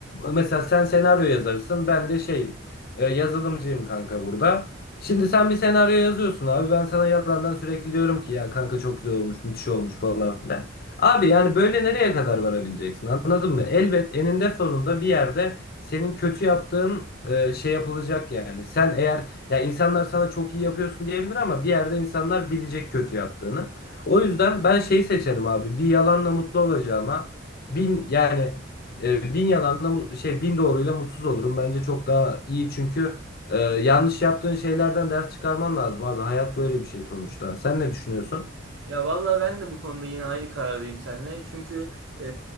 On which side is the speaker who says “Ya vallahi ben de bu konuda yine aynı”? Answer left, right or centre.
Right